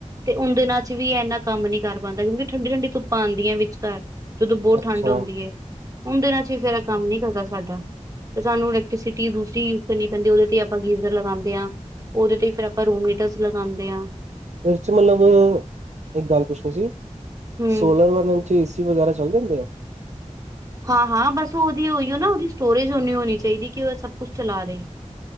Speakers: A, on the right; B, on the right.
A: ਤੇ ਉਨ ਦਿਨਾਂ 'ਚ ਵੀ ਇੰਨਾ ਕੰਮ ਨੀ ਕਰ ਪਾਂਦਾ, ਕਿਉਂਕਿ ਠੰਡੀ ਠੰਡੀ ਧੁੱਪਾਂ ਆਂਦੀਆਂ ਵਿਚਕਾਰ ਜਦੋਂ ਬੋਤ
B: ਅੱਛਾ।
A: ਠੰਡ ਹੁੰਦੀ ਏ ਉਨ ਦਿਨਾਂ 'ਚ ਫੇਰ ਏ ਕੰਮ ਨੀ ਕਰਦਾ ਸਾਡਾ, ਤੇ ਸਾਨੂੰ ਇਲੈਕਟ੍ਰੀਸਿਟੀ ਦੂਸਰੀ ਕਰਨੀ ਪੈਂਦੀ ਉਹਦੇ ਤੇ ਆਪਾਂ ਗੀਜ਼ਰ ਲਗਾਂਦੇ ਆ, ਉਹਦੇ ਤੇ ਫਿਰ ਆਪਾਂ ਰੂਮ ਹੀਟਰਸ ਲਗਾਂਦੇ ਆਂ।
B: ਇਹ ਚ ਮਤਲਬ ਇੱਕ ਗੱਲ ਪੁੱਛਣੀ ਸੀ।
A: ਹਮ
B: ਸੋਲਰ ਪੈਨਲ ਚ ਏਸੀ ਸੀ ਵਗੈਰਾ ਚੱਲ ਜਾਣਗੇ।
A: ਹਾਂ, ਹਾਂ ਬਸ ਉਹਦੀ ਔਈਔ ਨਾ ਉਹਦੀ ਸਟੋਰੇਜ ਓਨੀ ਹੋਣੀ ਚਾਹੀਦੀ ਕਿ ਉਹ ਸਭ ਕੁਛ ਚਲਾ ਦੇ।